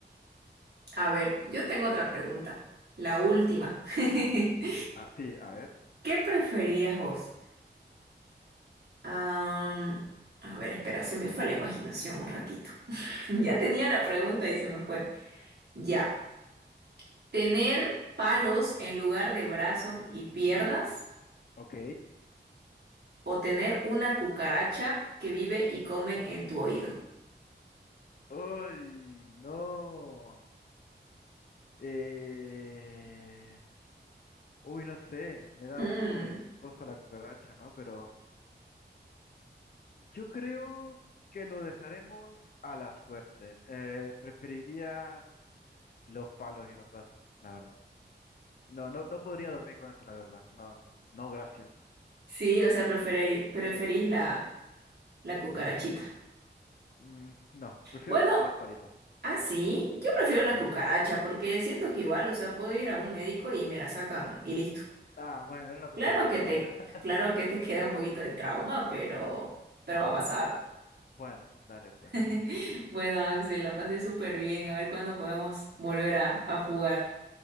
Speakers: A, on the right; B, on the left.
A: A ver, yo tengo otra pregunta, la última. <laughs>
B: Ah, sí, a ver,
A: ¿Qué preferirías vos? Am, a ver, espera, se me fue la imaginación un ratito. <laughs> Ya tenía la pregunta y se me fue. Ya. ¿Tener palos en lugar de brazos y piernas
B: ok.
A: o tener una cucaracha que vive y come en tu oído?
B: Uy, no. Eh... Uy, no sé, me da
A: Mm.
B: un poco de cosa la cucaracha, ¿no? Pero... Yo creo que lo dejaremos a la suerte. Eh, preferiría los palos y los brazos, la verdad. No, no, no podría dormir con eso, la verdad. No, no, no, gracias.
A: Sí, o sea, preferi- preferís la, la cucarachita.
B: Mm, no, prefiero
A: Bueno,
B: los palitos.
A: así, yo prefiero la
B: Sí.
A: cucaracha porque siento que igual, o sea, puedo ir a un médico y me la sacan y listo.
B: Ah, bueno, era una pregunta
A: Claro
B: trampa.
A: que te,
B: <laughs>
A: claro que te <laughs> queda un poquito de trauma, pero, pero va a pasar.
B: Bueno, dale pues.
A: <laughs> Bueno, Axel, la pasé súper bien. A ver cuándo podemos volver a, a jugar.